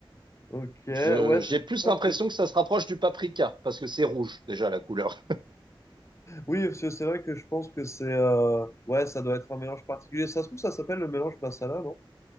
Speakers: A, on the left; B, on the right.
A: Ok, ouais,
B: Je, j'ai
A: c'est-
B: plus
A: je pense
B: l'impression
A: que...
B: que ça se rapproche du paprika, parce que c'est rouge déjà la couleur.
A: Oui, parce que c'est vrai que je pense que c'est... euh, Ouais, ça doit être un mélange particulier. Ça se trouve, ça s'appelle le mélange masala, non?